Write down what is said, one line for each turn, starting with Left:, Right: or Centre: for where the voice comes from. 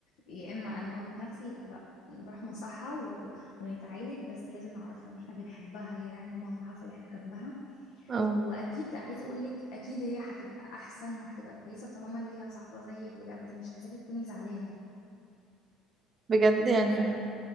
Left: يا إما أنموت نفسي يبقى لأ نروح مصحة و... ونتعالج بس لازم نعرفها إن إحنا بنحبها يعني ومهما حصل إحنا جنبها
Right: اه
Left: وأكيد عايزة أقولك أكيد هي هتبقى أحسن وهتبقى كويسة طالما ليها صاحبة زيك بجد مش عايزاكي تكوني زعلانة
Right: بجد
Left: و...
Right: يعني